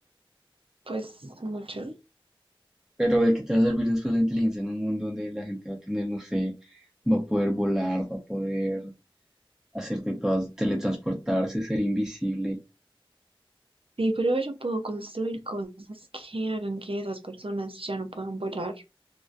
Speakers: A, on the right (about 75°); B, in the centre.
A: pues mucho.
B: ¿Pero de qué te va a servir después la inteligencia en un mundo donde la gente va a tener, no sé, va a poder volar, va a poder hacer de todas, teletransportarse, ser invisible?
A: Sí, pero yo puedo construir cosas que hagan que esas personas ya no puedan volar.